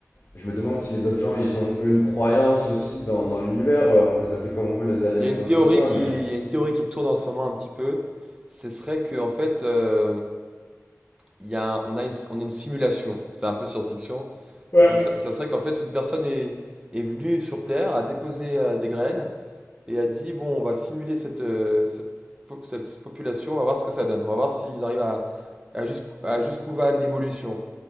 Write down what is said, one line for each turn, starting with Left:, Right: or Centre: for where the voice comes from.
Left: Je me demande si les autres gens, ils ont eux une croyance aussi dans, dans l'univers. Euh, On peut les appeler comme on veut, les aliens
Right: Il y
Left: ou
Right: a une
Left: quoi
Right: théorie
Left: que ce soit,
Right: qui,
Left: mais.
Right: il y a une théorie qui tourne en ce moment un petit peu. Ce serait que en fait, euh, il y a, un- on a une, on est une simulation. C'est un peu science-fiction.
Left: Ouais.
Right: Mais ce serait, ça serait qu'en fait, une personne est, est venue sur Terre, a déposé euh, des graines et a dit, bon, on va simuler cette, euh, cette, po- cette population, on va voir ce que ça donne. On va voir s'ils arrivent à, à jusqu'où à jusqu'où va l'évolution.